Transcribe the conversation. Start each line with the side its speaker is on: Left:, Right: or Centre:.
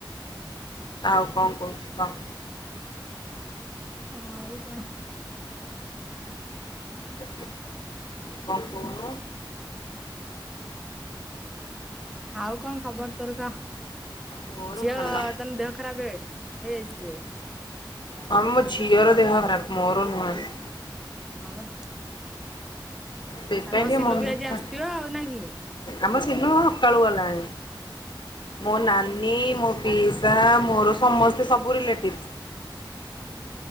Left: ଆଉ କଣ କୋହୁଚି କହ।
Centre: ଆଉ କଣ।
Left: କଣ କୋହୁନ
Centre: ଆଉ କଣ ଖବର ତୋର କହ।
Left: ମୋର
Centre: ଝିଅ
Left: ଭଲ
Centre: ତାହେନେ ଦେହ ଖରାପେ। ହେଇଯାଇଚି ଟିକେ।
Left: ହଁ ମୋ ଝିଅର ଦେହ ଖରାପ ମୋର ନୁହେଁ।
Centre: ହଁ ବା।
Left: ସେଇଥିପାଇଁ
Centre: ଆଗ
Left: ଟିକେ
Centre: ସିନୁ
Left: ମନ
Centre: ବି
Left: ଦୁଃଖ
Centre: ଆଜି ଆସିଥିବ ଆଉ ନାଁ କି?
Left: ଆମ ସିନ ସକାଳୁ ଗଲାଣି। ମୋ ନାନୀ ମୋ ପିଇସା ମୋର ସମସ୍ତେ ସବୁ ରିଲେଟିଭ୍